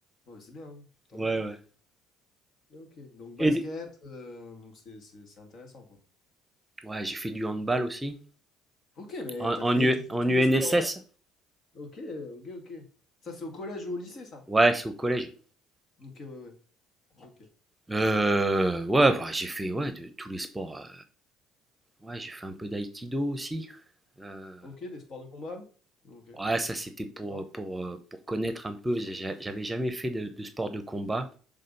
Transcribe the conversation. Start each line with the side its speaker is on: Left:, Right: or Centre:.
Left: Ouais, mais c'est bien, hein. Tant
Right: Ouais,
Left: mieux.
Right: ouais.
Left: Ok, donc basket,
Right: Et des-
Left: euh, donc c'est c'est- c'est intéressant, quoi.
Right: Ouais, j'ai fait du handball aussi.
Left: Ok, mais
Right: En,
Left: t'as fait,
Right: en, U-
Left: t'as fait
Right: en
Left: tous les
Right: UNSS?
Left: sports. euh. Ok, ok, ok. Ça, c'est au collège ou au lycée, ça?
Right: Ouais, c'est au collège.
Left: Ok, ouais, ouais. Ok,
Right: Euh, ouais,
Left: ok.
Right: enfin, j'ai fait ouais, de, tous les sports. euh, ouais, j'ai fait un peu d'aïkido aussi. Euh,
Left: Ok, des sports de combat? Ok,
Right: ouais, ça c'était pour,
Left: D'accord?
Right: pour, euh, pour connaître un peu. j'ai- J'avais jamais fait de, de sport de combat.